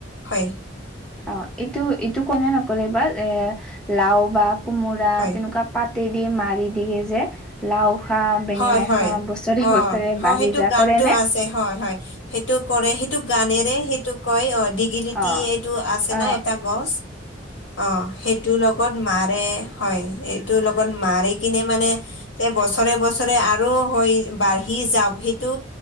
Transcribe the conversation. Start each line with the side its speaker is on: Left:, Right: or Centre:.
Left: হয়।
Centre: অ' এইটো এইটো কোনে নকলে বা এ লাও বা কোমোৰা
Left: হয়
Centre: তেনেকুৱা পাতি দি মাৰি দিয়ে যে। লাও খা, বেঙেনা
Left: হয় হয়
Centre: খা, বছৰে
Left: অ
Centre: বছৰে বাঢ়ি
Left: অ সেইটো
Centre: যা
Left: গানটো
Centre: কৰে নে?
Left: আছে হয় হয় সেইটো কৰে, সেইটো গানেৰে সেইটোক কয় অ' দি গিলিতি
Centre: অ
Left: এইটো আছে
Centre: অ
Left: ন' এটা গছ, অ' সেইটো লগ লগত মাৰে, হয়' এইটো লগত মাৰি কিনে মানে যে বছৰে বছ ৰে আৰু হয় বাঢ়ি যাওঁক সেইটো